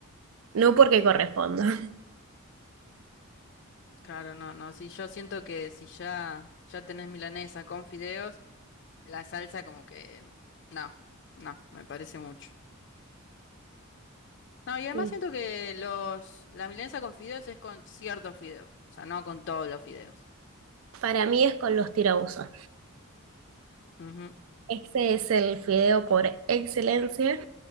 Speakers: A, on the right; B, on the left.
A: No porque corresponda. <laughs>
B: claro, no, no. Si yo siento que si ya, ya tenés milanesa con fideos, la salsa como que, no, no, me parece mucho. No, y además
A: Sí,
B: siento que los, la milanesa con fideos es con ciertos fideos, o sea, no con todos los fideos.
A: para mí es con los tirabuzos.
B: Ujú.
A: Este es el fideo por excelencia